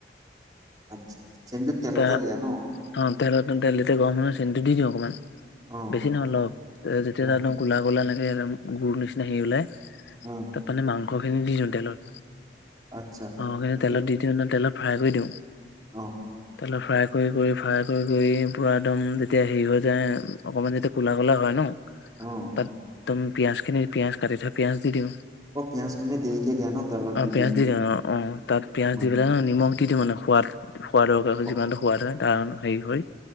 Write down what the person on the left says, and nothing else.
এতিয়া
অ, তেল, তেল দিতে গম হ, নহ, চেনটো দি দিওঁ অকমান।
বেছি নহয়, অল যেতিয়া
একদম গোলাোলা লাগে, একম গুৰ নিচিনা হেৰি ওলাই
তাত মানে মাংসখিনি দি দিওঁ, তেলত
মাংসখিনি
তেলত দি দিওঁ তেলত ফ্ৰাই কৰি দিওঁ।
তে ফ্ৰাই কৰি, কৰি, ফ্ৰাই কৰি, কৰি পূৰা একদম যেতিয়া হেৰি হৈ যায় অকণমান যেতিয়া ক'লা, ক'লা হয় ন।
তাতদমি পিয়য়াজ খিনি পিয়াজ কাটি থোৱা পিয়য়াজ দি দিওঁ।
অ,
পিজ দি অ', অ', তাত পিয়াজ
দি পেলাই নিমখ দি মানে সোৱাদ, সোৱাদৰ কাৰ
যিমানটো সোৱাদ হয় তাৰে হেৰি হয়।